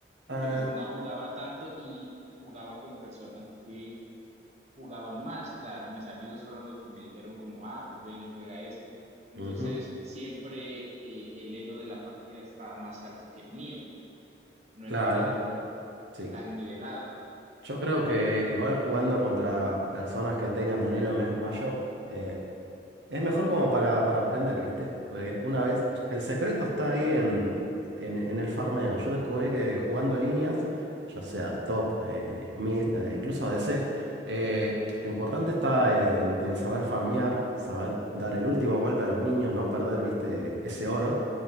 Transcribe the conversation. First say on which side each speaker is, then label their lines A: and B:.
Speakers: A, on the right; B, on the right.
A: porque
B: Ah,
A: pues no jugaba tanto y jugaba con personas que jugaban más. O sea, mis amigos fueron los que me dijeron como, ah, pues ven y juega esto. Entonces
B: ujú,
A: siempre eh, el elo de la partida estaba más alto que el mío. No
B: claro.
A: era tan,
B: sí.
A: tan nivelado.
B: Yo creo que igual jugando contra personas que tengan un elo mes- mayor, eh, es mejor como para, para aprender, ¿viste? Porque una vez, el secreto está ahí en, en, en el farmeo. Yo descubrí que jugando líneas, ya sea top, eh, mid, eh, incluso ADC, eh, lo importante está en, en saber farmear, saber dar el último golpe a los minions, no perder, ¿viste? Ese oro.